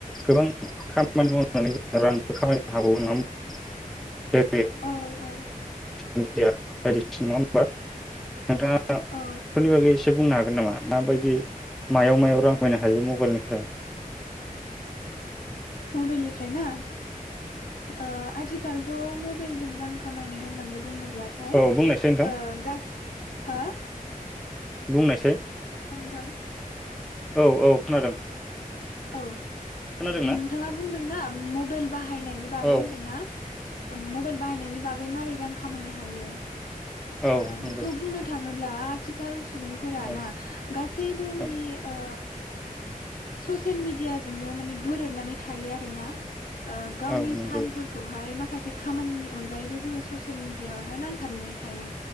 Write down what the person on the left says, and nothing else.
औ
औ
मबाइलनिफ्राय ना ओ आथिखालथ' म मबेलजों रां खामायनाय होननानै बुङोब्लाथाय
ओ
गास हो
थां
औ
नोंथाङा बुंदों ना? उम मबाइल बाह बाहायनायनि बागै
होनदोंना? ओम मबाइल बाहायनायनि बागै मारै रां खामायनो हायो। ओ
बेखौ बुंनो थाङोब ब्ला आथिखाल सुबुंफोरा
ना गासैबो माने
ओ ससियेल मिडियाजोंनो माने गोरोबनानै थायो आरो ना ओ गावनि
सानफोरखौहाय माखासे खामानिनि अनगायैबो जोङो ससियेल मिडियायावहाय नांथाबनानै थायो।